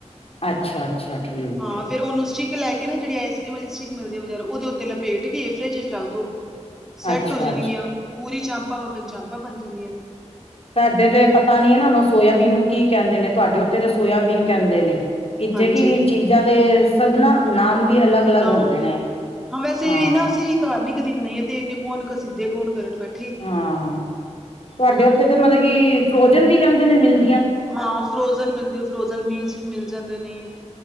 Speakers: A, on the left (about 55°); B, in the centre.
A: ਅੱਛਾ-ਅੱਛਾ-ਅੱਛਾ ਠੀਕ
B: ਹਾਂ
A: ਏ
B: ਫੇਿਰ ਉਹਨੂੰ ਲੈ ਕੇ ਨਾ ਜਿਹੜੀ ਆਈਸਕ੍ਰਮ ਵਾਲੀ ਸਟ ਮਿਲਦੀ ਬਜਾਰੋ ਉਹਦੇ ਉੱਤੇ ਲਪੇਟ ਕੇ ਫਰਿਜ ਚ ਰੱਖ ਦੋ ਸੈੱਟ
A: ਅੱਛਾ-ਅੱਛਾ
B: ਹੋ ਜਾਣਗੀਆਂ ਪੂਰੀ ਚਾਂਪਾਂ ਮਗਣ ਚਾਂਪਾਂ ਬਣ ਜਾਂਦੀਆਂ ਨੇ
A: ਤੁਹਾਡੇ ਤੇ ਪਤਾ ਨੀ ਹੈ ਨਾ ਉਹੂੰ ਸੋਇਆਬੀਨ ਨੂੰ ਕੀ ਕਹਿੰਦੇ ਨੇ ਤੁਹਾਡੇ ਉੱਥੇ ਤੇ ਸੋਇਬੀਨ ਕਹਿੰਦੇ ਨੇ ਇੱਥੇ
B: ਹਾਂਜੀ
A: ਕਿ ਚੀਜ਼ਾਂ ਦੇ ਸਭ ਨਾ ਨਾਮ
B: ਹਾਂ
A: ਵੀ ਅਲੱਗ ਅਲੱਗ
B: ਨਾਮ
A: ਹੁੰਦੇ
B: ਵੀ
A: ਨੇ
B: ਅਲੱਗ ਏ ਹਾਂ ਵੈਸੇ
A: ਹਾਂ।
B: ਵੀ ਨਾ ਅਸੀਂ ਵੀ ਘਰ ਨੀ ਕਦੀ ਬਣਾਈਏ ਤੇ ਇੰਨੇ ਕੌਣ ਸਿੱਧੇ ਕੌਣ ਕਰਨ ਬੈਠੇ
A: ਹਾਂ ਤੁਹਾਡੇ
B: ਹਨਾ
A: ਉੱਥੇ ਤਾਂ ਮਤਲਬ ਕਿ ਫਰੋਜਨ ਵੀ ਕਹਿੰਦੇ ਨੇ ਮਿਲ
B: ਹਾਂ ਫਰੋਜਨ ਮਿਲਦੇ ਫਰੋਜਨ ਬੀਨਸ ਵੀ ਮਿਲ ਜਾਂਦੇ ਨੇ,